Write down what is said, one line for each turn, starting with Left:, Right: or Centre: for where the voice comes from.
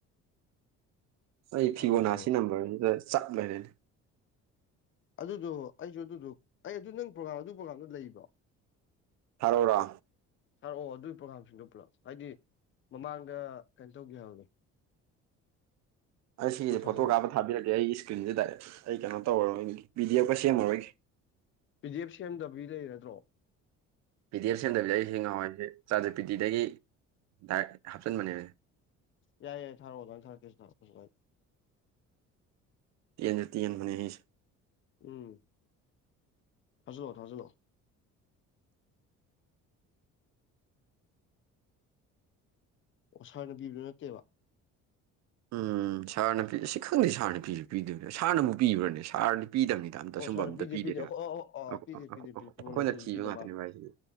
Right: ꯑꯩ ꯐꯤꯒꯣꯅꯥ
Left: ꯑꯗꯨꯃꯥꯏꯅ ꯇꯧꯔꯦ
Right: ꯁꯤ ꯅꯝꯕꯔꯁꯤꯗ ꯆꯞ ꯂꯩꯔꯦꯅꯦ
Left: ꯑꯗꯨꯗꯣ ꯑꯩꯁꯨ ꯑꯗꯨꯗꯣ ꯑꯩ ꯑꯗꯨ ꯅꯪ ꯄ꯭ꯔꯣꯒꯥꯝ ꯑꯗꯨ ꯄ꯭ꯔꯣꯒꯥꯝꯗꯨ ꯂꯩꯕ꯭ꯔꯣ
Right: ꯊꯥꯔꯔꯥ
Left: ꯁꯥꯔ ꯑꯣ ꯑꯗꯨꯒꯤ ꯄ꯭ꯔꯣꯒꯥꯝꯁꯤꯡꯗꯣ ꯄꯨꯂꯛꯑꯣ ꯍꯥꯏꯗꯤ ꯃꯃꯥꯡꯗ ꯀꯩꯅꯣ ꯇꯧꯒꯦ ꯍꯥꯏꯕꯒꯦ
Right: ꯑꯩ ꯁꯤꯒꯤꯁꯦ
Left: ꯑꯣ ꯊꯥꯖꯤꯜꯂꯛꯑꯣ
Right: ꯐꯣꯇꯣ ꯀꯥꯞ ꯑꯃ ꯊꯥꯕꯤꯔꯛꯀꯦ ꯑꯩ ꯏꯁꯀ꯭ꯔꯤꯟꯁꯦ ꯗꯥꯏꯔꯦꯛ ꯑꯩ ꯀꯩꯅꯣ ꯇꯧꯔꯣꯏ ꯕꯤꯗꯤꯑꯣ ꯈꯔ ꯁꯦꯝꯃꯔꯣꯏꯦ
Left: ꯄꯕꯤ ꯖꯦꯞ ꯁꯦꯝꯗꯕꯒꯤ ꯂꯩꯔꯗ꯭ꯔꯣ
Right: ꯄꯤ ꯗꯤ ꯑꯦꯐ ꯁꯦꯝꯗꯕꯤꯗ ꯑꯩꯁꯤ ꯉꯍꯋꯥꯏꯁꯦ ꯆꯥꯔꯖꯔ ꯄꯤ ꯗꯤꯤꯗꯒꯤ ꯗꯥꯏꯔꯦꯛ ꯍꯥꯞꯆꯤꯟꯕꯅꯦꯅꯦ
Left: ꯌꯥꯏ ꯌꯥꯏ ꯊꯥꯔꯛꯑꯣ ꯅꯣꯏꯅ ꯊꯔꯛꯀꯦ ꯊꯛꯄꯁꯨ ꯑꯩ
Right: ꯇꯦꯟꯖ ꯇꯦꯟ ꯍꯅ ꯍꯁꯨ
Left: ꯎꯝ ꯊꯖꯂꯣ ꯊꯖꯂꯣ ꯑꯣ ꯁꯥꯔꯅ ꯄꯤꯕꯗꯨ ꯅꯠꯇꯦꯕ
Right: ꯎꯝ ꯁꯥꯔ ꯅꯨꯄꯤ ꯑꯁꯤ ꯈꯪꯗꯦ ꯁꯥꯔ ꯅꯨꯄꯤꯁꯨ ꯄꯤꯗꯣꯏꯅꯦ ꯁꯥꯔꯅꯕꯨꯛ ꯄꯤꯕ꯭ꯔꯅꯦ ꯁꯥꯔꯅ ꯄꯤꯗꯕꯅꯤ ꯑꯝꯇ
Left: ꯑꯣ
Right: ꯑꯁꯨꯝꯕ
Left: ꯁꯥꯔꯅ
Right: ꯑꯝꯇ
Left: ꯄꯤꯗꯦ
Right: ꯄꯤꯗꯦꯅꯦꯕ
Left: ꯄꯤꯗꯦ ꯑꯣ ꯑꯣ ꯑꯣ
Right: ꯑꯩꯈꯣꯏꯅ
Left: ꯄꯤꯗꯦ ꯄꯤꯗꯦ ꯄꯤꯗꯦ ꯐꯤꯕꯣꯅꯥꯆꯤꯁꯨ
Right: ꯊꯤꯕ
Left: ꯄꯤꯗ
Right: ꯉꯥꯛꯇꯅꯦꯚꯁꯤꯗꯤ
Left: ꯃꯥꯜꯂꯦ